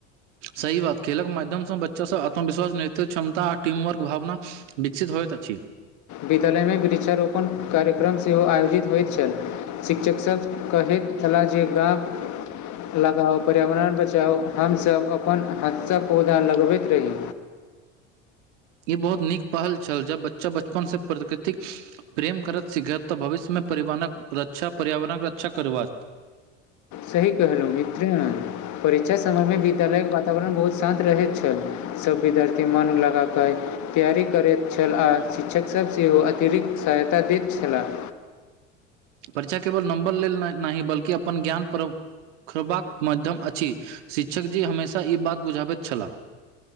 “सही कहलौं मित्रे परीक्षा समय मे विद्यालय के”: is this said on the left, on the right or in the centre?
Left